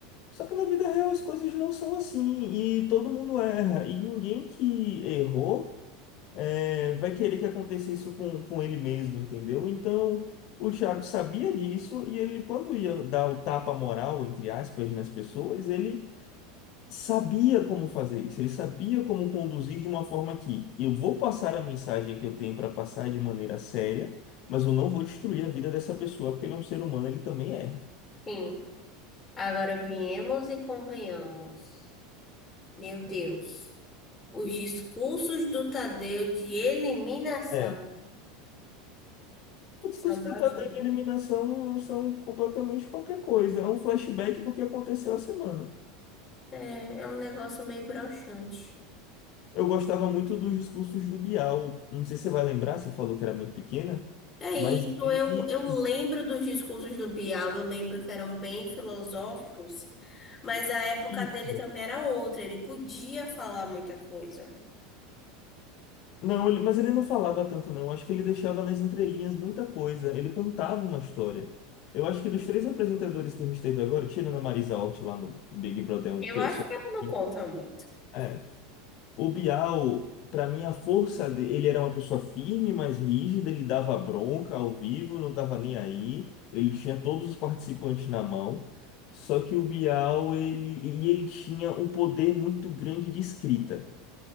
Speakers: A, on the left; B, on the left.
A: Só que na vida real as coisas não são assim e todo mundo erra. E ninguém que errou é, vai querer que aconteça isso com, com ele mesmo, entendeu? Então o Thiago sabia disso e ele, quando ia dar o tapa moral, entre aspas, nas pessoas, ele sabia como fazer isso, ele sabia como conduzir de uma forma que eu vou passar a mensagem que eu tenho para passar de maneira séria, mas eu não vou destruir a vida dessa pessoa, porque ele é um ser humano, ele também erra.
B: Sim. Agora viemos e convenhamos. Meu Deus. Os discursos do Tadeu de eliminação
A: É. O discurso
B: são broxantes.
A: do Tadeu de eliminação são completamente qualquer coisa, é um flashback do que aconteceu a semana.
B: É, é um negócio meio broxante.
A: Eu gostava muito dos discursos do Bial, não sei se você vai lembrar, você falou que era muito pequena,
B: É isso,
A: mas ele.
B: eu, eu lembro dos discursos do Bial, eu lembro que eram bem filosóficos, mas a época
A: isso.
B: dele também era outra, ele podia falar muita coisa.
A: Não, ele- mas ele não falava tanto, não. Eu acho que ele deixava nas entrelinhas muita coisa. Ele contava uma história. Eu acho que dos três apresentadores que a gente teve agora, tirando a Marisa Hort lá no Big Brother um
B: Eu
A: que
B: acho
A: eu sou.
B: que ele não
A: um,
B: conta muito.
A: É. O Bial, pra mim, a força dele, ele era uma pessoa firme, mas rígida, ele dava bronca ao vivo, não tava nem aí. Ele tinha todos os participantes na mão. Só que o Bial, ele, e ele tinha um poder muito grande de escrita.